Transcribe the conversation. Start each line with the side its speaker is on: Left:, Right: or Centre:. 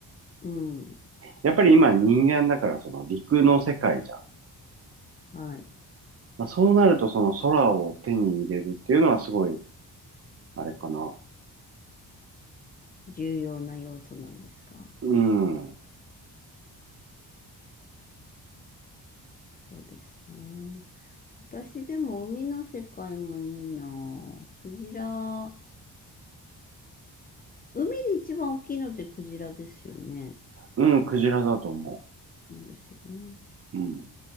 Left: うん、
Right: やっぱり今人間だからその陸の世界じゃん。
Left: はい。
Right: まあ、そうなるとその空を手に入れるっていうのはすごい、あれかな。
Left: 重要な要素なんですか
Right: うん。
Left: そうですね。私でも海の世界もいいなぁ。クジラ。海で一番大きいのってクジラですよね。
Right: うん、クジラだと思
Left: そうですよね。
Right: う。うん。